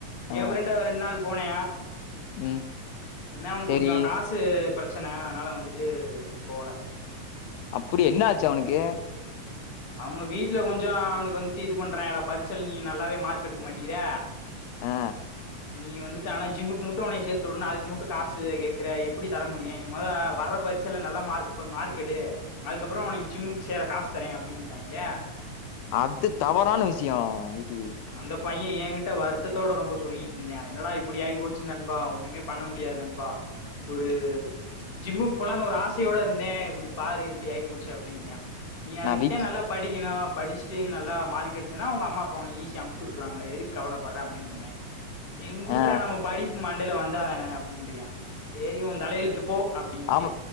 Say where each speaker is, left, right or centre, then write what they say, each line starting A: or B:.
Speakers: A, on the left (about 80°); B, on the left (about 25°).
A: ஆ.
B: ஏ ஃப்ரெண்ட்டு ஒரு ரெண்டு நாள் போனா
A: ம்.
B: என்ன அவனுக்கு
A: சரி.
B: கொஞ்சோ காசு த்து பிரச்சன அதனால வந்துட்டு போல
A: அப்டி என்ன ஆச்சு அவனுக்கு
B: அவுங்க வீட்ல கொஞ்சோ அவனுக்கு வந்துட்டு இது பண்றாங்கடா பரிட்சைல நீ நல்லாவே மார்க் எடுக்க மாட்டேங்கிற
A: ஆ
B: நீ வந்துட்டு ஆனா ஜிம்முக்கு முட்டு உன்ன சேத்துட்னு அதுக்கு முட்டு காசு வேற கேக்கற எப்டி தர முடியு நீ மொதோ வர்ற பரி ட்சைல்ல நல்ல மார்க் மார்க் எடு அதுக்கப்பறோ உனக் ஜிம்முக் சேர காஸ் தரே அப்டினுட்டாய்ங்க
A: அது தவறான விஷயோ <unintelligible>
B: அந்த பைய எங்கிட்ட வருத்ததோட ரொம்ப சொல்லிட்ருந்தியா என்னடா இப்டி ஆயி போச்சு நண்பா ஒன்னுமே பண்ண முடியாது நண்பா ஒரு ஜிம்முக் போலான் ஒரு ஆசயோட இருந்தே இப்டி பாரு இப்டி ஆயி போச்சு அப்டின்னா நீ அதுக்த்தா
A: நான் விக்ஸ்
B: நல்லா படிக்கணு படிச்ட்டு நல்லா மார்க் எடுத்தேனா உங்க அம்மா ப்ப உனக் ஈசியா அனுப்ச்சுட்டுவாங்களே எதுக் கவலப்பட்ற அப்டின் சொன்னே எங்குட்றா
A: ஆ.
B: நமக் படிப் மண்டேல வந்தாதானே அப்டின்றியா சேரி ஒ தலையெழுத்து போ அப்டின்ட்டே
A: அவ